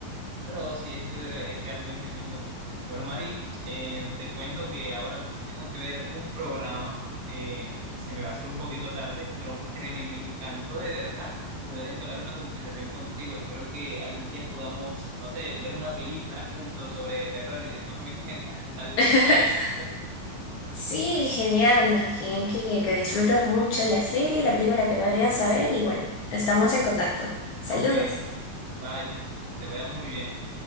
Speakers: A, on the right; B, on the left.
A: pero sí, es, re- es realmente lindo. Bueno, Mari, eh, te cuento que ahora mismo tengo que ver un programa, eh, se me va a hacer un poquito tarde, pero créeme, me encantó de verdad poder entablar una conversación contigo. Espero que algún día podamos, no sé, ver una película juntos sobre terror y después me cuentas qué tal
B: <laughs>
A: te parece.
B: Sí, genial. Más bien que, que disfrutas mucho la serie, la película que vayas a ver y bueno, estamos en contacto. Saludos.
A: Ok, bye, que te vaya muy bien.